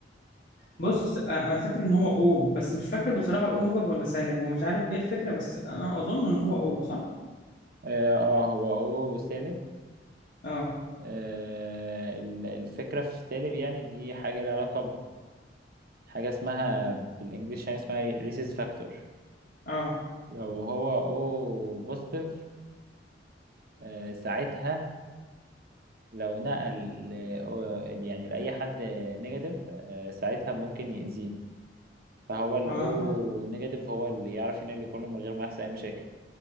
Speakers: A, on the left (about 50°); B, on the right (about 55°).
A: بص آه، انا فاكر ان هو او بس مش فاكر بصراحة او موجب ولا سالب ومش عارف ايه الفكرة بس انا اظن ان هو او صح
B: اه آه، هو او سالب
A: اه
B: آه ال- الفكرة في سالب يعني دي حاجة لها علاقة بحاجة اسمها بالانجلش يعني اسمها ريسيس فاكتور
A: اه
B: لو هو او بوزيتيف آه ساعتها لو نقل ل- يعني لأي حد نيجاتيف آه، ساعتها ممكن يأذيه فهو الأو
A: اه
B: نيجاتيف هو اللي يعرف ينقل كله من غير ما يحصل أي مشاكل